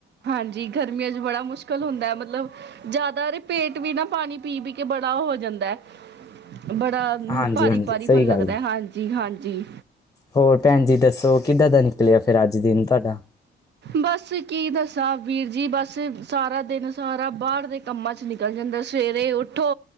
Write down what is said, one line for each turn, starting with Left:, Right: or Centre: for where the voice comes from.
Right: ਹਾਂਜੀ, ਗਰਮੀਆਂ ਚ ਬੜਾ ਮੁਸ਼ਕਿਲ ਹੁੰਦਾ ਮਤਲਬ ਜ਼ਿਆਦਾ ਪੇਟ ਵੀ ਨਾ ਪਾਣੀ ਪੀ ਪੀ ਕੇ ਬੜਾ ਉਹ ਹੋ ਜਾਂਦਾ ਬੜਾ
Left: ਹਾਂਜੀ
Right: ਭਾਰੀ
Left: ਹਾਂਜੀ
Right: ਭਾਰੀ
Left: ਸਹੀ
Right: ਮਨ ਲੱਗਦਾ
Left: ਗੱਲ ਹੈ
Right: ਹਾਂਜੀ ਹਾਂਜੀ।
Left: ਹੋਰ ਭੈਣ ਜੀ ਦੱਸੋ ਕਿੱਦਾਂ ਦਾ ਨਿਕਲਿਆ ਫੇਰ ਅੱਜ ਦਿਨ ਤੁਹਾਡਾ
Right: ਬਸ ਕੀ ਦੱਸਾਂ ਵੀਰ ਜੀ ਬਸ ਸਾਰਾ ਦਿਨ ਸਾਰਾ ਬਾਹਰ ਦੇ ਕੰਮਾਂ 'ਚ ਨਿਕਲ ਜਾਂਦਾ ਸਵੇਰੇ ਉੱਠੋ।